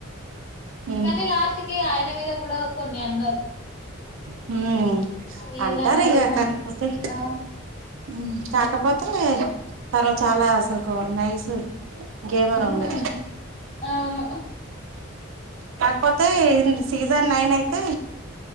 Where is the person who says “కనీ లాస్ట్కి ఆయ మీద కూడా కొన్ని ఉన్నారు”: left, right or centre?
Left